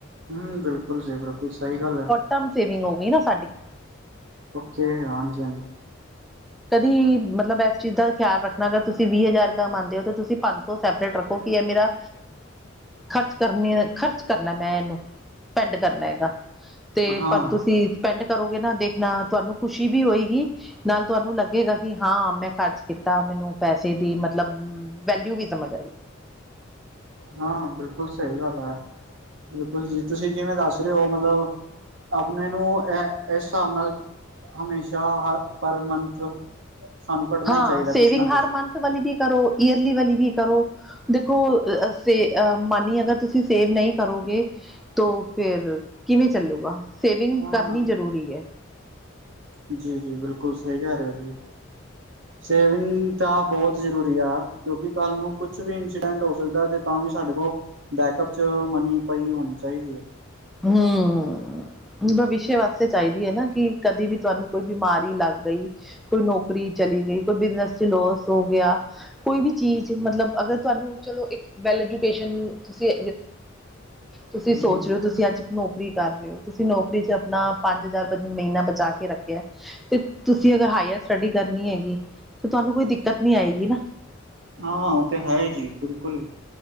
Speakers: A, on the right; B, in the centre.
A: ਹੂੰ ਬਿਲਕੁਲ ਜੀ, ਬਿਲਕੁਲ ਸਹੀ ਗੱਲ ਐ
B: ਕਮ ਸੇਵਿੰਗ ਹੋ ਗਈ ਨਾ ਸਾਡੀ
A: ਓਕੇ, ਹਾਂਜੀ-ਹਾਂਜੀ
B: ਕਦੀ ਮਤਲਬ ਇਸ ਚੀਜ਼ ਦਾ ਖਿਆਲ ਰੱਖਣਾ, ਅਗਰ ਤੁਸੀਂ ਵੀਹ ਹਜ਼ਾਰ ਕਮਾਉਂਦੇ ਹੋ, ਤਾਂ ਤੁਸੀਂ ਪੰਜ ਸੌ ਸੈਪਰੇਟ ਰੱਖੋ ਕੀ ਐ ਮੇਰਾ ਖਰਚ ਕਰਨੀ, ਖਰਚ ਕਰਨਾ ਮੈਂ ਇਹਨੂੰ ਸਪੈਂਡ ਕਰਨਾ ਹੈਗਾ ਤੇ
A: ਹਾਂ
B: ਪਰ ਤੁਸੀਂ ਸਪੈਂਡ ਕਰੋਗੇ ਨਾ ਦੇਖਨਾ ਤੁਹਾਨੂੰ ਖੁਸ਼ੀ ਵੀ ਹੋਏਗੀ ਨਾਲ ਤੁਹਾਨੂੰ ਲੱਗੇਗਾ ਕਿ ਹਾਂ ਮੈਂ ਖਰਚ ਕੀਤਾ, ਮੈਨੂੰ ਪੈਸੇ ਦੀ ਮਤਲਬ ਵੈਲਿਊ ਵੀ ਸਮਝ ਆਈ
A: ਹਾਂ, ਬਿਲਕੁਲ ਸਈ ਗੱਲ ਐ, ਬਿਲਕੁਲ ਜੀ ਤੁਸੀਂ ਜਿਵੇਂ ਦੱਸ ਰਹੇ ਔ ਮਤਲਬ ਆਪਨੇ ਨੂੰ ਇਹ ਇਸ ਹਿਸਾਬ ਨਾਲ ਹਮੇਸ਼ਾ ਹ ਪਰ ਮੰਥ ਸਾਨੂੰ ਕੱਢਣਾ
B: ਹਾਂ
A: ਈ ਚਾਈਦਾ
B: ਸੇਵਿੰਗ
A: ਕੁਛ ਨਾ ਕੁਛ।
B: ਹਰ ਮੰਥ ਵਾਲੀ ਵੀ ਕਰੋ, ਈਅਰਲੀ ਵਾਲੀ ਵੀ ਕਰੋ ਦੇਖੋ, ਅਸੇ ਅਹ ਮਾਨੀ ਅਗਰ ਤੁਸੀਂ ਸੇਵ ਨਹੀਂ ਕਰੋਗੇ ਤੋ ਫੇਰ ਕਿਵੇਂ ਚੱਲੂਗਾ ਸੇਵਿੰਗ
A: ਹਾਂ
B: ਕਰਨੀ ਜ਼ਰੂਰੀ ਐ।
A: ਜੀ -ਜੀ ਬਿਲਕੁਲ ਸਹੀ ਕਰ ਰਹੇ ਔ ਜੀ ਸੇਵਿੰਗ ਤਾਂ ਬਹੁਤ ਜ਼ਰੂਰੀ ਆ, ਕਿਉਂਕਿ ਕੱਲ੍ਹ ਨੂੰ ਕੁਛ ਵੀ ਇੰਸੀਡੈਂਟ ਹੋ ਸਕਦਾ ਅਤੇ ਤਾਂ ਵੀ ਸਾਡੇ ਕੋਲ ਬੈਕਅਪ ਚ ਮਨੀ ਪਈ ਹੋਨੀ ਚਾਹੀਦੀ ਐ
B: ਹੰ ਭਵਿਸ਼ ਵਾਸਤੇ ਚਾਹੀਦੀ ਐ ਨਾ, ਕਿ ਕਦੇ ਵੀ ਤੁਹਾਨੂੰ ਕੋਈ ਬਿਮਾਰੀ ਲੱਗ ਗਈ ਕੋਈ ਨੌਕਰੀ ਚਲੀ ਗਈ ਕੋਈ ਬਿਜਨਸ ਚ ਲੋਸ ਹੋ ਗਿਆ ਕੋਈ ਵੀ ਚੀਜ਼, ਮਤਲਬ ਅਗਰ ਤੁਹਾਨੂੰ ਚਲੋ ਇੱਕ ਵੈਲਿਡੇਸ਼ਨ ਤੁਸੀ, ਤੁਸੀਂ ਸੋਚ
A: ਹਮ
B: ਰਹੇ ਹੋ, ਤੁਸੀ ਤੁਸੀਂ ਅੱਜ ਨੌਕਰੀ ਕਰ ਰਹੇ ਹੋ, ਤੁਸੀਂ ਨੌਕਰੀ ' ਚ ਆਪਣਾਂ ਪੰਜ ਹਜ਼ਾਰ ਮਹੀਨਾਂ ਬਚਾ ਕੇ ਰੱਖਿਆ। ਤੇ ਤੁਸੀਂ ਅਗਰ ਹਾਇਰ ਸਟੱਡੀ ਕਰਨੀ ਹੈਗੀ, ਤੇ ਤੁਹਾਂਨੂੰ ਕੋਈ ਦਿੱਕਤ ਨੀਂ ਆਏਂਗੀ ਨਾ।
A: ਹਾਂ ਉਹ ਤੇ ਹੈ ਜੀ ਬਿਲਕੁੱਲ।